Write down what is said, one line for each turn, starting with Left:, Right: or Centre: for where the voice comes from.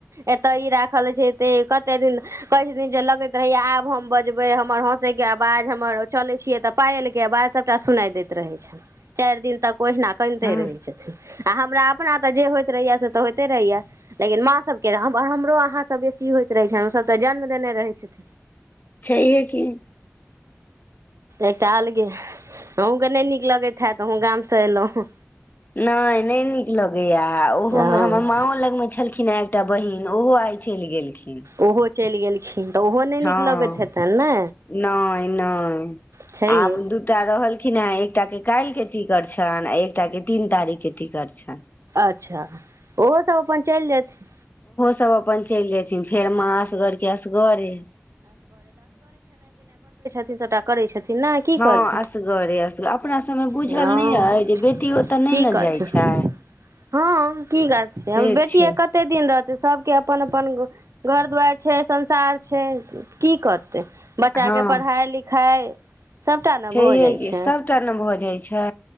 Right: एत्त ई राखल छै एत्त कते दिन कहै छथिन जे लगइत रहयै आब हम बजबै हमर हँसैके आवाज हमर चलै छियै तऽ पायलके आवाज सभटा सुना दैत रहै छैन चारि दिन तक ओहिना कनिते
Left: हँ
Right: रहैत छथिन आ हमरा अपना तऽ जे होइत रहैय से तऽ होयइते रहहिया लेकिन माँ सबके हमरो अहाँ सब बेसी होयइत रहे छै हम सब तऽ जन्म देने रहै छ <inaudible>
Left: छैहे की
Right: एकटा अलगे अहूँके नहि नीक लगैत हे अहूँ गाम से एयलहुँ
Left: नहि नहि नीक लगैया ओहोमे
Right: हँ
Left: हमर माँओ लगमे छलखिन हें एकटा बहि न ओहो आइ चलि गेलखिन
Right: ओहो चलि गेलखिन तऽ ओहो नहि
Left: हँ
Right: नीक लगैत हेतनि ने
Left: नहि नहि
Right: छैहे
Left: आब दूटा रहलखिन हे एकटा के काल्हि के टिकट छनि आ एकटा के तीन तारीख के टिकट छनि
Right: अच्छा ओहो सब अपन चलि जाय छै
Left: सब अपन चलि जेथिन फेर माँ असगरके असगरे
Right: सटा करैत छथिन ने की
Left: हँ
Right: करथिन
Left: असगरे असगर अपना सबमे बुझल
Right: हँ
Left: नहि अय जे बेटि ओत' नहि
Right: की
Left: ने
Right: करथिन
Left: जाइत छै <unintelligible>
Right: हँ की कर छै
Left: से
Right: बेटियए
Left: छै
Right: कते दिन रह तऽ सभके अपन अपन घर दुआरि छै संसार छै की कर तै बच्चाके
Left: हँ
Right: पढ़ाइ लिखाइ सबटा न
Left: छैहे
Right: भऽ जाइ
Left: कि
Right: छै
Left: सभटा ने भऽ जाइ छै